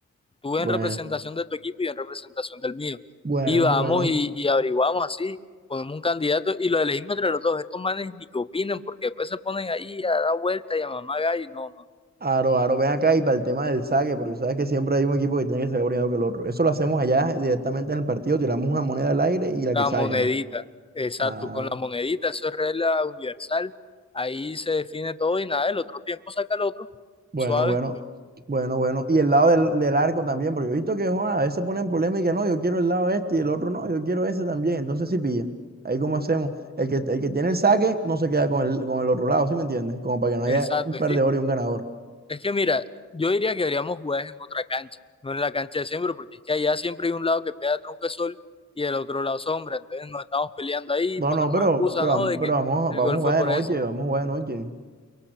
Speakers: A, on the left; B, on the right.
A: tú
B: Bueno,
A: en representación de tu equipo y yo en representación del mío.
B: bueno,
A: Y vamos
B: bueno.
A: y, y averiguamos así, ponemos un candidato y lo elegimos entre los dos. Estos manes ni que opinen porque después se ponen ahí a dar vuelta y a mamá gallo. No, no.
B: Aro, Aro, ven acá y para el tema del saque, porque sabes que siempre hay un equipo que tiene que sacar primero que el otro. Eso lo hacemos allá directamente en el partido, tiramos una moneda al aire y la
A: La
B: que salga,
A: monedita,
B: ¿no?
A: exacto,
B: Ah.
A: con la monedita, eso es regla universal. Ahí se define todo y nada, el otro tiempo saca el otro.
B: Bueno,
A: Suave,
B: bueno, bueno, bueno. Y el lado del, del arco también, porque he visto que Juan, a veces ponen problemas y que no, yo quiero el lado este y el otro no, yo quiero ese también. Entonces sí pilla. Ahí cómo hacemos. El que, el que tiene el saque no se queda con el, con el otro lado, ¿sí me entiendes? Como para que no haya
A: exacto.
B: un perdedor
A: Es que
B: y un ganador.
A: Es que mira, yo diría que deberíamos jugar en otra cancha, no en la cancha de siempre, porque es que allá siempre hay un lado que pega tronco de sol y el otro lado sombra. Entonces nos estamos peleando ahí,
B: No,
A: ponemos
B: no, pero,
A: excusa,
B: pero,
A: ¿no?
B: vamos-
A: De
B: pero
A: que
B: vamos, a-
A: el
B: vamos
A: gol
B: a jugar
A: fue por
B: de noche,
A: ese.
B: vamos a jugar de noche.